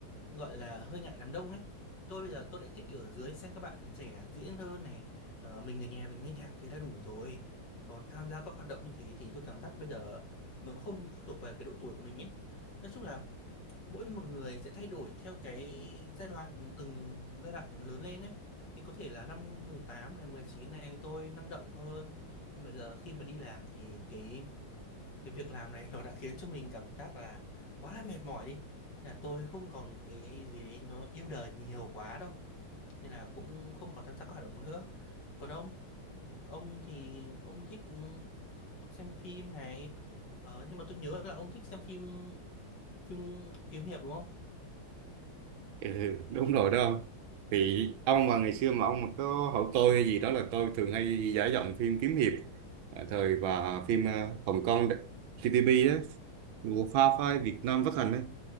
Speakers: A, on the left; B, on the right.
A: gọi là hơi ngại đám đông ấy tôi bây giờ tôi lại thích ở dưới xem các bạn trẻ diễn hơn này ờ, mình ở nhà mình nghe nhạc thế đã đủ rồi còn tham gia các hoạt động như thế thì tôi cảm giác bây giờ nó không thuộc về cái độ tuổi của mình ấy nói chung là mỗi một người sẽ thay đổi theo cái giai đoạn từng giai đoạn lớn lên ấy thì có thể là năm 18 này 19 này tôi năng động hơn nhưng mà giờ khi mà đi làm thì cái cái việc làm này nó đã khiến cho mình cảm giác là quá là mệt mỏi đi là tôi không còn một cái gì đấy nó yêu đời nhiều quá đâu nên là cũng không còn tham gia các hoạt động nữa còn ông ông thì ông thích ừ, xem phim này ờ, nhưng mà tôi nhớ là ông thích xem phim phim kiếm hiệp đúng không
B: Ừ, đúng rồi đó ông thì ông mà ngày xưa mà ông mà có hỏi tôi hay gì đó là tôi thường hay giải giọng phim kiếm hiệp à, thời và phim à, Hồng Kông đ- TPP á của Pha Phai Việt Nam phát hành ấy.